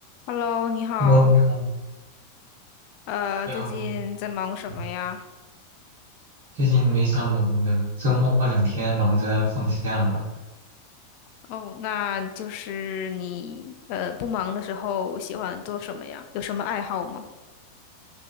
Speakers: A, on the left (about 50°); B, on the right (about 55°).
A: Hello，你好，
B: Hello，你好，你
A: 呃，
B: 好，你好
A: 最近在忙什么呀？
B: 嗯最近没啥忙的，周末两天忙着放假吧。
A: 哦，那就是你呃不忙的时候喜欢做什么呀？有什么爱好吗？